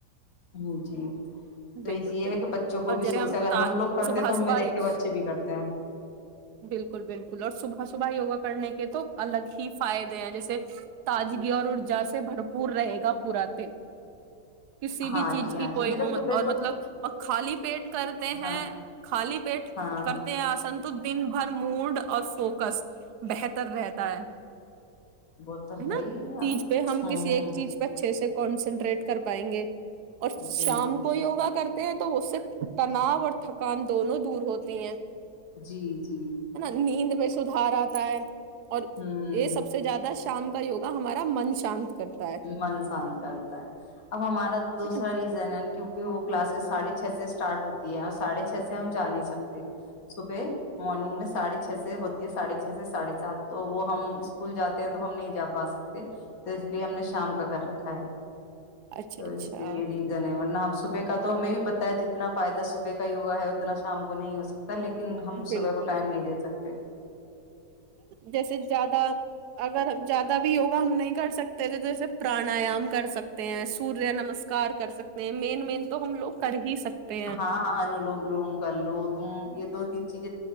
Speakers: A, on the left; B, on the right.
A: ہاں جی
B: ہو
A: تو
B: بالکل
A: یہی یہ
B: بالکل
A: ہے کہ بچوں کو
B: اور
A: بھی
B: جیسے
A: شروع سے اگر ہم لوگ کرتے
B: صبح
A: ہیں تو ہمیں
B: صبح
A: دیکھ کے بچے بھی کرتے ہیں
B: بالکل بالکل اور صبح صبح یوگا کرنے کے تو الگ ہی فائدے ہیں جیسے تازگی اور ارجا سے بھرپور رہے گا پورا دن کسی
A: ہاں
B: بھی چیز
A: جی
B: کی
A: ہاں
B: کوئی
A: جی میرا
B: وہ
A: سبح
B: اور مطلب اور خالی پیٹ کرتے
A: ہاں
B: ہیں خالی پیٹ
A: ہاں
B: کرتے ہیں آج تو دن بھر موڈ اور فوکس بہتر رہتا ہے
A: وہ تو
B: ہے نا
A: ہی ہاں
B: چیز پہ ہم
A: ہاں
B: کسی ایک چیز پہ اچھے سے کنسنٹریٹ کر پائیں گے اور شام
A: جی جی
B: کو کرتے ہیں تو اس سے تناؤ اور تھکان دونوں دور ہوتی ہیں
A: جی جی
B: ہے نا نیند میں سدھار آتا ہے اور
A: ہوں
B: یہ سب سے زیادہ شام کا یوگا ہمارا من شانت کرتا ہے ہے
A: من شانت کرتا ہے اب ہمارا دوسرا
B: نا
A: ریزن ہے کہ کہ وہ کلاسز ساڑھے چھ سے اسٹارٹ ہوتی ہے اور ساڑھے چھ سے ہم جا نہیں سکتے صبح مارنگ میں ساڑھے چھ سے ہوتی ہے سڑھے چھ سے ساڑھے سات تو وہ ہم اسکول جاتے ہیں تو ہم نہیں جا پا سکتے تو اس لیے ہم نے شام کا کر رکھا ہے
B: اچھا
A: تو
B: اچھا
A: اس کا یہی ریزن ہے ورنہ صبح کا تو ہمیں بھی پتا ہے جتنا فائدہ صبح کا ہوا ہے اتنا شام کو نہیں ہو سکتا لیکن ہم
B: بالکل
A: صبح کو ٹائم نہیں دیتاتے کیا
B: جیسے زیادہ اگر زیادہ بھی یوگا ہم نہیں کر سکتے سے جیسے پرانایام کر سکتے ہیں سوریہ نمسکار کر سکتے ہیں مین مین تو ہم لوگ کر ہی سکتے ہیں
A: ہاں ان لوم لوم گ لو تم یہ دو تین چیز